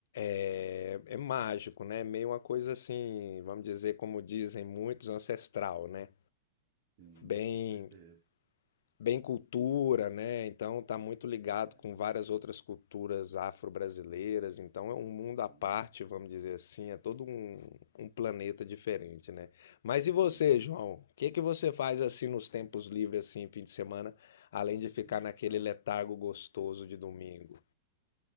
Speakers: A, on the left (about 75°); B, on the right (about 50°).
A: É, é mágico, né? Meio uma coisa assim, vamos dizer, como dizem muitos, ancestral, né?
B: Sim,
A: Bem
B: com certeza.
A: bem cultura, né? Então tá muito ligado
B: É,
A: com várias outras culturas afro-brasileiras. Então é um mundo
B: Sim,
A: à parte, vamos dizer assim, é todo um, um planeta diferente, né? Mas e
B: não.
A: você, João? O que que você faz assim nos tempos livres, assim, fim de semana, além de ficar
B: Então,
A: naquele letargo gostoso de domingo?